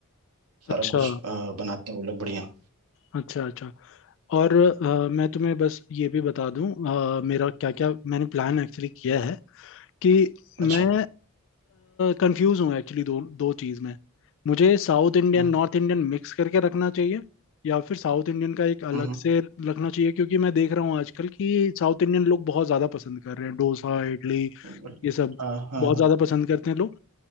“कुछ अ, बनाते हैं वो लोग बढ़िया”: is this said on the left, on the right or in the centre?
Right